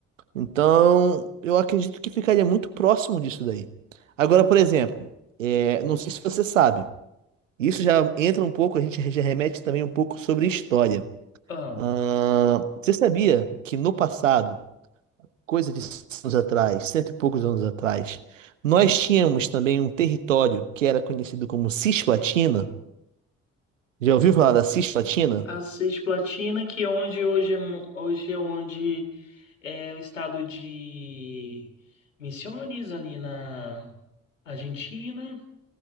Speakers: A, on the right; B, on the left.
A: então eu acredito que ficaria muito próximo disso daí. Agora, por exemplo, é, não sei se você sabe. Isso já entra um pouco, a gente já remete também um pouco sobre história.
B: Ah,
A: Ah, você sabia que no passado, coisa de 100 anos atrás, cento e poucos anos atrás, nós tínhamos também um território que era conhecido como Cisplatina? Já ouviu falar da Cisplatina?
B: a Cisplatina, que onde hoje é, mo- hoje é onde é o estado de Misiones, ali na Argentina,